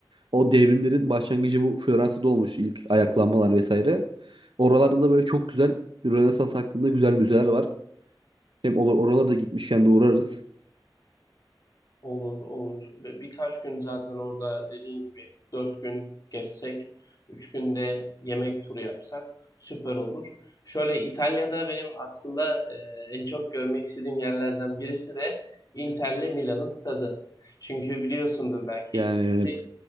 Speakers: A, on the right (about 80°); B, on the left (about 50°).
A: O devrimlerin başlangıcı bu Floransa'da olmuş ilk ayaklanmalar vesaire. Oralarda da böyle çok güzel Rönesans hakkında güzel müzeler var. Hem olur oralara da gitmişken bir uğrarız.
B: Olur olur. Bir birkaç gün zaten orada dediğin gibi 4 gün gezsek, 3 günde yemek turu yapsak süper olur. Şöyle İtalya'da benim aslında, eee, en çok görmek istediğim yerlerden birisi de Inter'le Milan'ın stadı. Çünkü biliyorsundur belki
A: Yani
B: ikisi
A: evet.